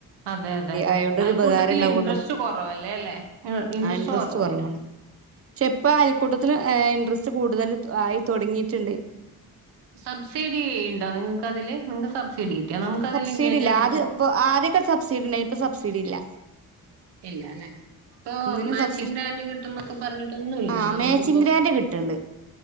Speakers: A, on the right; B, on the right.
A: അതെ അതെ.
B: അയോണ്ടൊരു
A: അയൽക്കൂട്ടത്തില്
B: ഉപകാരം ഉണ്ടാവുള്ളൂ
A: ഇൻട്രസ്റ്റ് കുറവല്ലേലെ. ഇൻട്രസ്റ്റ്
B: ആ
A: കുറവല്ലേ.
B: കുറവാണ്
A: <unintelligible>
B: പക്ഷെ ഇപ്പ അയൽക്കൂട്ടത്തിൽ ഏഹ് ഇൻട്രസ്റ്റ് കൂടുതൽ ആയി തുടങ്ങിയിട്ടുണ്ട്.
A: സബ്സിഡി ഉണ്ടോ നിങ്ങൾക്ക് അതില്. നിങ്ങക്ക് സബ്സിഡി കിട്ടിയാക നമുക്ക് അതില്
B: സബ്സിഡി
A: ലിങ്കേജ്
B: ഇല്ല
A: എടുത്തിട്ട്
B: ആദ്യം ഇപ്പൊ ആദ്യക്കെ സബ്സിഡി ഉണ്ടായിരുന്നു. ഇപ്പൊ സബ്സിഡി ഇല്ല.
A: ഇല്ല അല്ലെ. ഇപ്പൊ
B: ഒന്നിനും
A: മാച്ചിങ്
B: സബ്സിഡി
A: ഗ്രാൻഡ് കിട്ടുംന്നൊക്കെ പറഞ്ഞിട്ടൊന്നുല്ല
B: ആഹ്
A: നമുക്കിപ്പോ.
B: മാച്ചിങ് ഗ്രാന്റ് കിട്ടണ്ട്